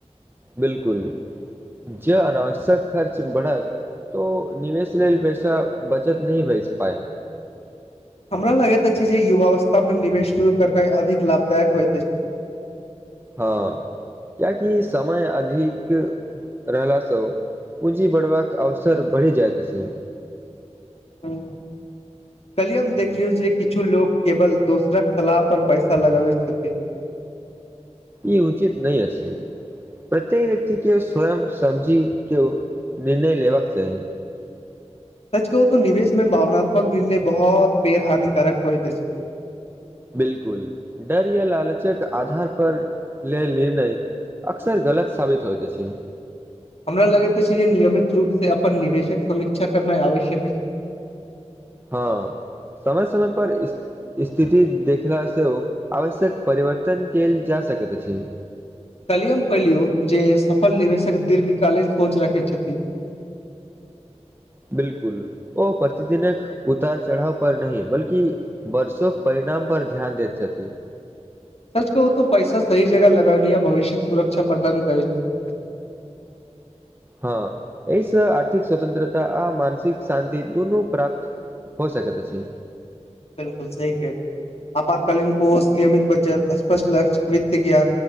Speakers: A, on the right; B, on the left.
A: बिलकुल जे अनावश्यक खर्च बढ़ल तो निवेश लेल पैसा बचत नय भच पाए
B: हमरा लगैत अछि जे युवावस्था में निवेश शुरू करनाइ अधिक लाभदायक होयइत अछि
A: हँ किएकि समय अधिक रहलासँ पूँजी बढ़बाक अवसर बढ़ि जाइत अछि
B: हं कलिय हम देखलियो जे किछु लोग केवल दोसरक सलाह पर पैसा लगाबय छथि
A: ई उचित नहि अछियै प्रत्येक व्यक्ति के स्वयं समझी के निर्णय लेबाक चाही
B: सच कहू तऽ निवेश में भावनात्मक निर्णय बहुत बेरहानिकारक होए त छै
A: बिलकुल डर या लालचक आधार पर लेल निर्णय अक्सर गलत साबित होइत अछि
B: हमरा लगैत अछि जे नियमित रूप से अपन निवेशक समीक्षा करनाइ आवश्यक अछि
A: हँ समय समय पर इ स्थिति देखलासँ आवश्यक परिवर्तन कयल जा सकैत अछि
B: कलियम पहिलियो जे सफल निवेशक दीर्घ कालीन सोच रखय छथि
A: बिलकुल ओ प्रतिदिन एक उतार चढ़ाव पर नय बल्कि वर्षोके परिणाम पर ध्यान दैत छथि
B: सच कह तो पैसा सही जगह लगानी या भविष्य के सुरक्षा प्रदान करै छी
A: हँ एहिसँ आर्थिक स्वतन्त्रता आ मानसिक शान्ति दुनु प्राप्त हो सकै तऽ छी
B: बिलकुल सही कहलिय आपातकालीन कोष नियमित बचत स्पष्ट लक्ष्य वित्त कऽ